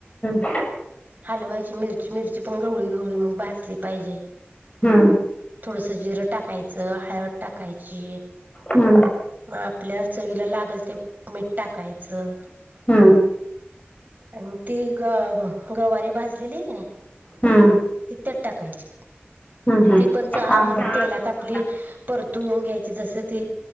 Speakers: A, on the left; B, on the right.
A: हम्म
B: हलवायची मिरची, मिरची पण गव्हळी, गव्हळी मग भाजली पाहिजे.
A: हम्म
B: थोडंसं जिरं टाकायचं, हळद टाकायची.
A: हम्म
B: मग आपल्या चवीला लागल ते मीठ टाकायचं.
A: हम्म
B: आणि ती ग गवारीे भाजलेली आहे की नाही
A: हम्म
B: ते त्यात टाकायची,
A: हम्म हम्म
B: ती पण चांगली
A: आंबट
B: तेलात आपली परतुन घ्यायची जसं ती